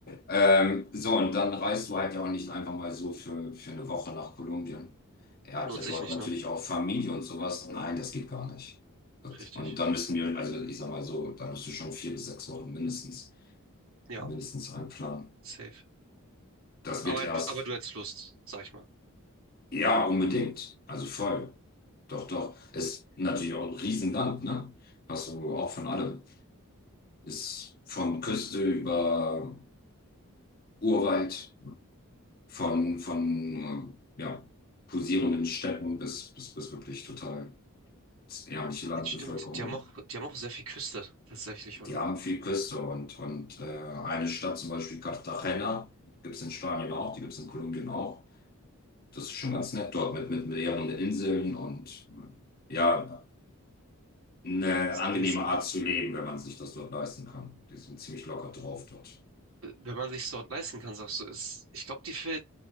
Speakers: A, on the left; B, on the right.
A: Ähm, so, und dann reist du halt ja auch nicht einfach mal so für, für eine Woche nach Kolumbien. Er hat
B: Lohnt
A: ja
B: sich
A: dort
B: nicht,
A: natürlich
B: ne?
A: auch Familie und sowas. Nein, das geht gar nicht. Das-
B: Richtig.
A: Und dann müssen wir, also ich sag mal so, da musst du schon vier bis sechs Wochen mindestens,
B: Ja,
A: mindestens einplanen.
B: safe.
A: Das
B: Aber
A: wird erst,
B: du, aber du hättest Lust, sag ich mal.
A: ja, unbedingt. Also voll. Doch, doch. Ist natürlich auch ein Riesenland, ne? Hast du auch von allem. Ist von Küste über Urwald. Von, von äh, ja, pulsierenden Städten bis, bis, bis wirklich total ärmliche Landbevölkerung
B: Jetzt Stimmt, die die haben
A: auch.
B: auch, die haben auch sehr viel Küste, tatsächlich,
A: Die
B: oder?
A: haben viel Küste und, und äh, eine Stadt, zum Beispiel Cartagena, gibt es in Spanien auch, die gibt es in Kolumbien auch. Das ist schon ganz nett dort mit, mit mehreren Inseln und äh, ja, eine
B: Ich
A: angenehme
B: sehe es gerade.
A: Art zu leben, wenn man sich das dort leisten kann. Die sind ziemlich locker drauf dort.
B: Äh, Wenn man sich dort leisten kann, sagst du, ist, ich glaube, die, Ver-